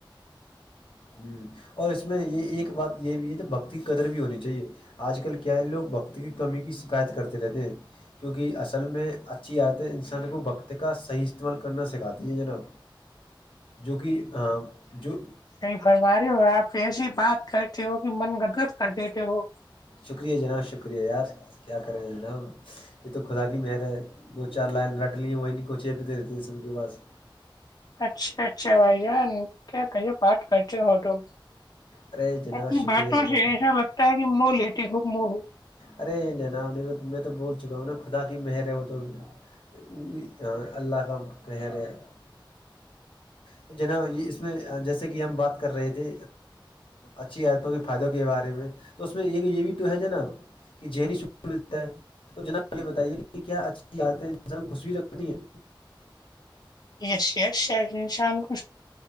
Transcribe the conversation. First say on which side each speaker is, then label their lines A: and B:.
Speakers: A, on the left; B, on the left.
A: ہ اور اس میں یہ ایک بات یہ بھی ہے تو بھکتی کی قدر بھی ہونی چاہیے آج کل کیا لوگ بقتی کی کمی کی شکایت کرتے رہتے ہیں کیونکہ اصل میں اچھی آت ہے انسان کو بقت کا صحیح استعمال کرنا سکھاتی ہے جناب جو کہ جو
B: بھرمارے ہو آپ ایسی بات کرتے ہو کہ من گدگد کر دیتےے وہ
A: شکریہ جناب شکریہ یار کیا کریں جناب یہ تو خدا کی مہل ہے دو چار لائن رٹ لی ہیں وہی نہیں کو چی پیتے رہتے ہیں سب کے پاس
B: اچھا اچھا بھائی جان کیا کہیے پات کرتے ہوٹو
A: ارے جناب
B: اپنی
A: شکریہ
B: بانٹوں
A: جناب
B: سے ایسا لگتا ہے کہ منہ لیتی خوب موہ
A: ارے جناب نہیں میں تو بول چکا ہوں نا خدا کی مہر ہے وہ تو وہ اللہ کا کہے رہے تو جنا یہ اس میں جیسے کہ ہم بات کر رہے تھے اچھی آیتوں کے فائدوں کے بارے میں تو اس میں ایک یہ بھی تو ہے ج نا کہ جنیتا ہے تو جناب یہ بتائیے کہ کیا اچھی عادتیں انسان خوشوی رکھتی ہیں
B: یس یس ش ان شان ک